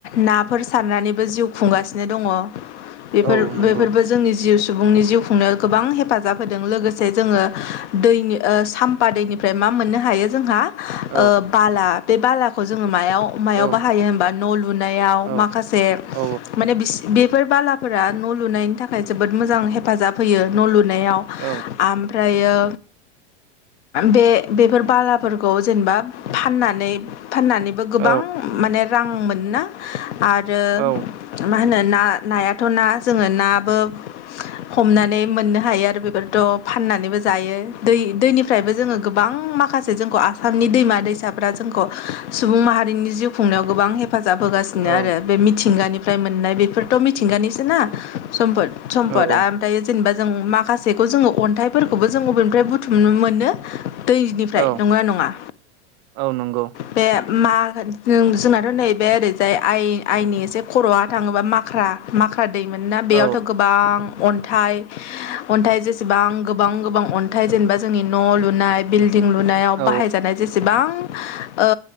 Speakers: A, on the left; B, on the right.
A: ना फोर सारनानैबो जिउ खुंगासिनो दङ बेफोर
B: औ नंगौ
A: बेफोरबो जोंनि जिउ सु सुबुंनि जिउ खुंनायाव गोबां हेफाजाब होदों लोगोसे जोङो दैनि ओ साम्फा दैनिफ्राय मा मा मोननो हायो जोंहा
B: औ
A: ओ बाला बे बालाखौ जोङो मायाव मायाव
B: औ
A: बाहायो होनबा न' लुनायाव
B: औ
A: माखासे
B: औ
A: माने बिसि बेफोर बालाफोरा न' लुनायनि थाखाय जोबोद मोजां हेफाजाब होयो न' लुनायाव
B: औ
A: आमफ्रायो बे बेफोर बालाफोरखौ जेनेबा फाननानै फाननानैबो गोबां
B: औ
A: माने रां मोनोना आरो
B: औ
A: मा होनो ना नायाथ' ना जोङो नाबो हमनानै मोननो हायो आरो बेफोर थ' फाननानैबो जायो दै दैनिफ्रायबो जोङो गोबां माखासे जोंखौ आसामनि दैमा दैसाफ्रा जोंखौ सुबुं माहारिनि जिउ खुंनायाव गोबां हेफाजाब होग <unintelligible> आरो
B: औ
A: बे मिथिंगानिफ्राय मोननाय बेफोरथ' मिथिंगानिसो ना सम्फद सम्फद
B: औ
A: आमफ्राय जेनेबा जों माखासेखौ जोङो अन्थाइफोरखौबो जों अबेनिफ्राय बुथुमनो मोनो दैनिफ्राय
B: औ
A: नंगौना नङा
B: औ नंगौ
A: बे मा होन जोंनाथ' नैबे ओरै जाय आइ आइनि एसे खर'आ थाङोबा माख्रा माख्रा दैमोनोना
B: औ
A: बेयावथ' गोबां अन्थाइ अन्थाइ जेसेबां गोबां गोबां अन्थाइ जेनेबा जोंनि न' लुनाय बिल दिं लुनायाव
B: औ
A: बाहायजानाय जेसेबां ओ